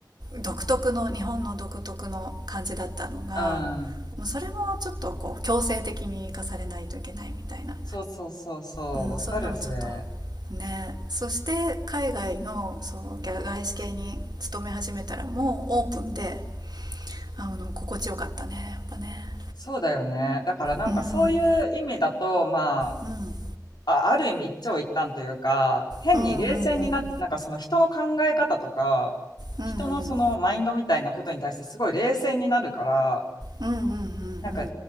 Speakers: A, on the right; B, on the left.
A: 独特の日本の独特の感じだったのが
B: うん。
A: もうそれもちょっとこう強制的に生かされないといけないみたいな、
B: そうそうそうそう。
A: うん、
B: わかる、
A: そういうのはちょっと
B: それ。
A: ねそして海外のそう外資系に勤め始めたらもうオープンであの心地よかったねやっぱね
B: そうだよね。だからなんかそういう意味だと、
A: うん
B: まあ、
A: うん
B: あ、ある意味一長一短というか、変に冷静にな、
A: うんうんうんうん
B: なんかその人の考え方とか、
A: うんうん
B: 人のそのマインドみたいなことに対してすごい冷静になるから、
A: うんうんうんうんうん
B: なんか